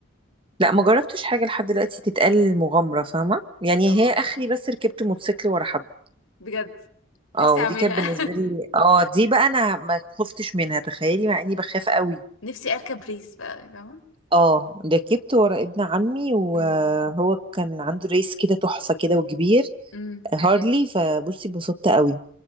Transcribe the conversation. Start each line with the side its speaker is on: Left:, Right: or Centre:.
Right: لا ما جربتش حاجه لحد دلوقتي تتقال مغامره فاهمه يعني
Left: اه
Right: هي اخري بس ركبت موتوسيكل ورا حد
Left: بجد
Right: اه
Left: نفسي
Right: ودي
Left: اعملها
Right: كانت بالنسبه لي اه دي بقى انا ما خفتش منها تخيلي مع اني بخاف قوي
Left: <laughs> نفسي اركب ريس بقى فاهمة
Right: اه ركبت ورا ابن عمي وهو
Left: امم
Right: كان عنده ريس كده تحفه كده وكبير
Left: امم
Right: هارلي فبصي اتبسطت قوي